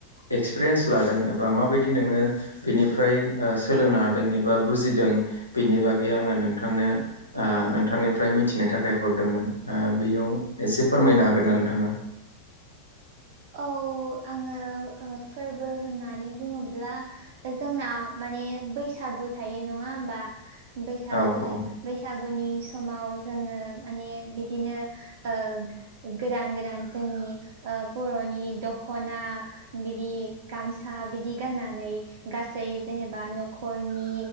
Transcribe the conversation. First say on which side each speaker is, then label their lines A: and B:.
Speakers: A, on the right; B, on the right.
A: एक्सपिरियेन्स लादों बा माबायदि नोङो बेनिफ्राय ओ सोलोंनो हादों एबा बुजिदों बिनि बागै आङो नोंथांनो ओ नोंथांनिफ्राय मिथिनो थाखाय हरदोंमोन। ओ बेयाव एसे फोरमायनो हागोन ना नोंथाङा।
B: औ आङो फोरबो ओ होननानै बुङोब्ला। जोंना माने बैसागु थायो नङा होमबा बैसागु।
A: औ औ
B: बैसागुनि समाव जोङो माने बिदिनो ओ गोदान गोदान जोंनि ओ बर'नि दखना बिदि गामसा बिदि गाननानै गासै जेनेबा न'खरनि